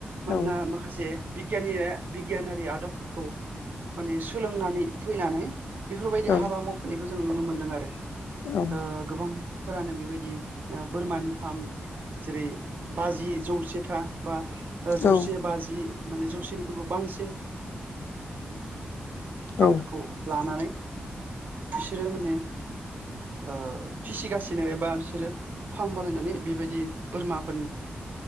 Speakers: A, on the right; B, on the left.
A: मानोना
B: औ
A: माखासे बिगियान बिगियानारि आदबफोरखौ माने सोलोंनानै फैनानै बेफोरबायदि
B: औ
A: हाबा मावफैनायखौ जोङो नुनो मोन्दों आरो।
B: औ
A: ओ गोबांफोरानो बेबायदि ओ बोरमानि फार्म जेरै बाजि जौसेथा बा जौसे
B: औ
A: बाजि माने जौसेनिख्रुइबो बांसिन
B: औ
A: माफोरखौ लानानै बिसोरो माने ओ फिसिगासिनो एबा बिसोरो फार्म बानायनानै बेबायदि बोरमाफोरनि